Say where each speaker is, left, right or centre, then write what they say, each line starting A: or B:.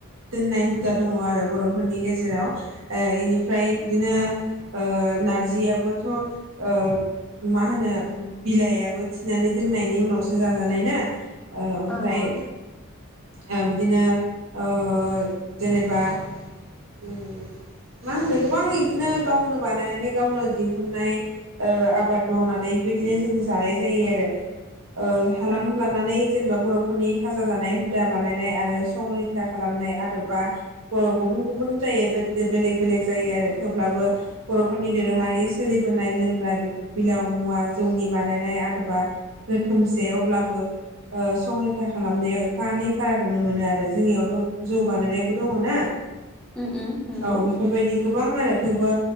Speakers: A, on the right; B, in the centre.
A: दोननाय हुदा दङ आरो बर'फोरनि गेजेराव इनिफ्राय बिदिनो ओ नारजियाबोथ' ओ। मा होनो बिलायाबो थिनानै दोननायनि उनावसो जाजानाय ना ओ ओमफ्राय
B: औ औ
A: ओ बिदिनो ओ जेनेबा ओ मा होनो गोबां इदिनो गावनो बानायनानै गावनो दिहुनन्नाय ओ आबाद मावनानै बेबायदिनो जों जानाय जायो आरो ओ हालाम
B: औ
A: लानानै जेनेबा बर' नि खाजा जानाय हु दा बानायनाय आरो संरैखा खालामनाय आदबा ओ गुबुन गुबुन जायो बे बेलेग बेलेग जायो आरो थेवब्लाबो बर'फोरनि दोरोङारि सोलिबोनाय लोंग्रा बिब बिलाव मुवा जौनि बानायनाय आदबा रोखोमसे अब्लाबो ओ संरैखा खालामनायाव फानै फाराग नुनो मोनो आरो जोंनियावथ' जौ बानायनायबो दङ ना
B: उम उम नंगौ
A: औ बेफोरबायदि गोबां आरो थेवबो